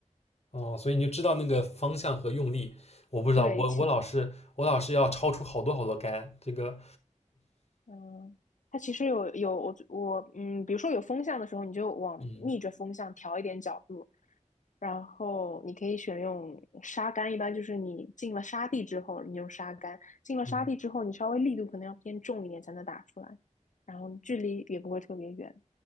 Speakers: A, on the left; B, on the left.
A: 哦，所以你就知道那个方向和用力，我不知道，
B: 对，
A: 我我老是我老是要超出好多好多杆，
B: 其
A: 这个，
B: 嗯，它其实有有我我嗯，比如说有风向的时候，你就往逆着风向调一点角度，
A: 嗯
B: 然后你可以选用沙杆，一般就是你进了沙地之后，你用沙杆；进了沙地之后，
A: 嗯
B: 你稍微力度可能要偏重一点才能打出来，然后距离也不会特别远。